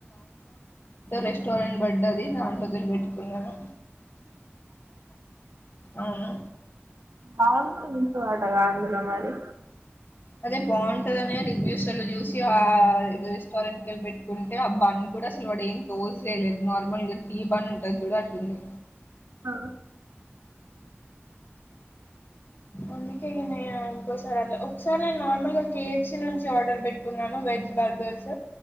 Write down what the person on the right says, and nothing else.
బాగు ఉ వాటగాంధలో మరి
ఆ